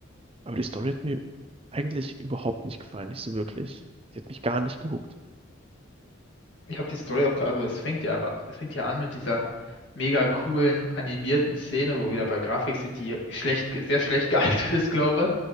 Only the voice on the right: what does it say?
Aber die Story hat mir eigentlich überhaupt nicht gefallen, nicht so wirklich. Die hat mich gar nicht gehuckt.